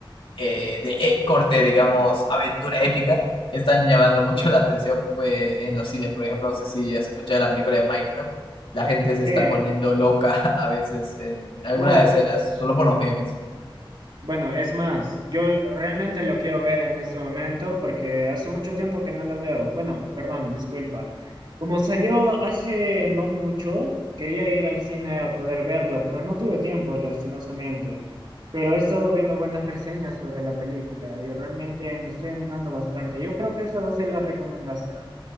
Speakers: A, on the left; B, on the right.
A: eh, de eh, corte, digamos, aventura épica, están llamando mucho
B: claro.
A: la atención pues, en los cines. Por ejemplo, no sé si has escuchado la película de Minecraft, la gente se
B: Sí,
A: está poniendo loca <laughs> a veces en algunas
B: no.
A: escenas, solo por los memes.
B: Bueno, es más, yo realmente lo quiero ver en este momento porque hace mucho tiempo que no lo veo. Bueno, perdón, disculpa. Como salió hace no mucho, quería ir al cine a poder verlo, pero no tuve tiempo, lastimosamente. Pero he estado viendo buenas reseñas sobre la película y realmente me estoy animando bastante. Yo creo que esa va a ser la recomendación